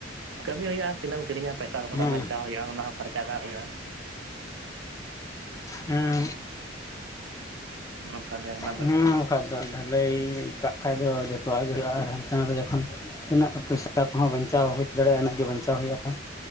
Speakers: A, on the right (about 70°); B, on the left (about 20°).
A: ᱠᱟᱹᱢᱤ ᱦᱩᱭᱩᱜᱼᱟ ᱛᱤᱱᱟᱹᱜ ᱮᱢ ᱠᱤᱨᱤᱧᱟ ᱯᱚᱭ ᱥᱟ ᱠᱷᱚᱱᱟ
B: ᱦᱮᱸ
A: ᱵᱟᱧᱪᱟᱣ ᱦᱩᱭᱩᱜᱼᱟ ᱚᱱᱟ ᱦᱚᱸ ᱠᱷᱟᱨᱪᱟ ᱠᱟᱜ ᱦᱩᱭᱩᱜᱼᱟ।
B: ᱩᱸᱜ
A: ᱚᱱᱠᱟ ᱜᱮ ᱚᱱᱟ ᱫᱚ
B: ᱦᱩᱸ᱾ ᱵᱟᱠᱷᱟᱡ ᱫᱚ ᱰᱷᱟᱹᱞᱟᱹᱭ ᱠᱟᱜ ᱠᱷᱟᱡ ᱫᱚ ᱡᱷᱚᱛᱚᱣᱟᱜ ᱜᱮ ᱦᱩᱭᱩᱜᱼᱟ, ᱟᱨ ᱦᱟᱸᱱᱛᱮ ᱱᱟ ᱫᱚ ᱡᱚᱠᱷᱚᱱ ᱛᱤᱱᱟᱹᱜ ᱯᱚᱭᱥᱟ ᱠᱚᱦᱚᱸ ᱵᱟᱧᱪᱟᱣ ᱦᱩᱭ ᱫᱟᱲᱮᱭᱟᱜᱼᱟ, ᱤᱱᱟᱹᱜ ᱜᱮ ᱵᱟᱧᱪᱟᱣ ᱦᱩᱭᱩᱜᱼᱟ,